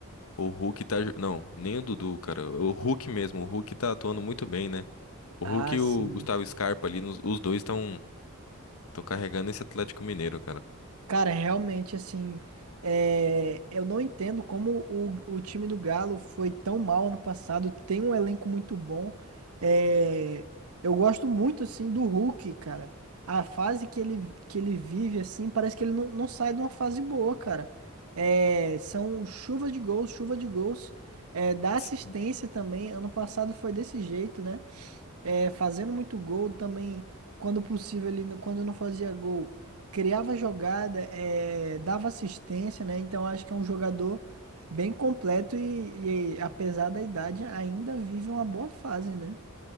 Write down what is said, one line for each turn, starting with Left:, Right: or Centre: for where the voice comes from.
Left: O Hulk tá. jo- Não, nem o Dudu, cara. O Hulk mesmo. O Hulk tá atuando muito bem, né? O
Right: Ah,
Left: Hulk e
Right: sim.
Left: o Gustavo Scarpa ali, nos- os dois estão. Tô carregando esse Atlético Mineiro, cara.
Right: Cara, realmente, assim, é, eu não entendo como o, o time do Galo foi tão mal ano passado. Tem um elenco muito bom. É, eu gosto muito, assim, do Hulk, cara. A fase que ele, que ele vive, assim, parece que ele não, não sai de uma fase boa, cara. É, são chuva de gols, chuva de gols. É, dá assistência
Left: S-
Right: também. Ano passado foi desse jeito, né? é, fazendo muito gol também, quando possível, ele, não- quando não fazia gol, criava jogada, é, dava assistência, né? Então acho que é um jogador bem completo e, e apesar da idade, ainda vive uma boa fase, né?